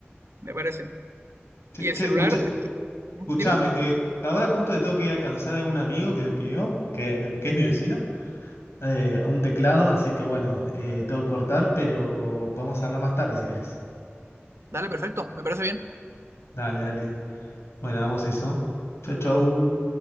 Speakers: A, on the right; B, on the left.
A: me parece.
B: Che,
A: Y el
B: che,
A: celular,
B: escucha, escuchame,
A: dime,
B: eh, ahora justo le tengo que ir a alcanzar a algún amigo que me pidió, que, me- que es mi vecino, eh, un teclado, así que bueno, eh, tengo que cortar, pero podemos hablar más tarde si querés.
A: dale, perfecto, me parece bien.
B: Dale, dale. Bueno, vamos a eso. Chau, chau.